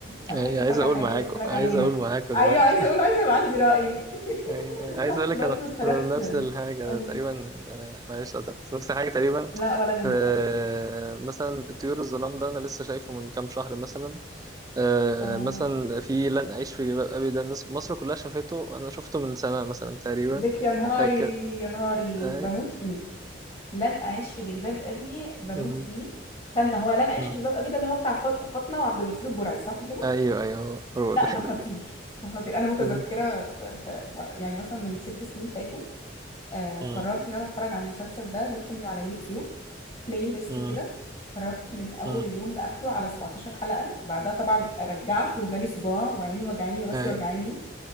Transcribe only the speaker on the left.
ما لحقتش
اتفرج
على الحاجات
دي عايزه اتفرج
عليها
ايوه عايزه اقول عايزه يبقى عندي راي
<laughs>
رحت
برضو
اتفرجت
قولي
لا ولا يهمك
عايز
آه
لك يا نهاري
يا نهاري
بموت فيه لن اعيش في جلباب ابي بموت
فيه استنى هو لن اعيش
في جلباب ابي ده اللي هو بتاع فاط- فاطمه وعبد الغفور البرعي صح كده
لا
ده خطير ده خطير انا متذكره
في في مره يعني مثلا من ست سنين فاتوا آه
قررت ان انا اتفرج على المسلسل ده جبته من على يوتيوب بلاي ليست
كده اتفرجت من اول
اليوم لاخره على 17 حلقه بعدها طبعا رجعت وجالي صداع وعيني وجعاني وراسي
وجعاني